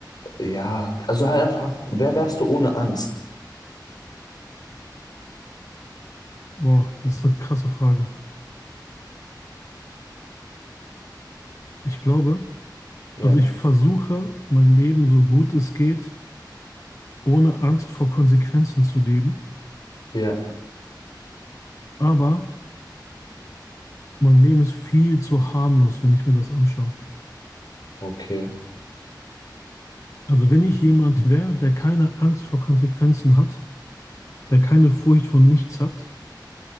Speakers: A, on the left (about 60°); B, on the left (about 40°).
A: ja, also halt einfach, wer wärst du ohne Angst?
B: boah, das ist eine krasse Frage. Ich glaube,
A: Ja,
B: also ich versuche, mein Leben so gut es geht, ohne Angst vor Konsequenzen zu leben.
A: ja,
B: Aber mein Leben ist viel zu harmlos, wenn ich mir das anschaue.
A: okay,
B: Also wenn ich jemand wäre, der keine Angst vor Konsequenzen hat, der keine Furcht vor nichts hat.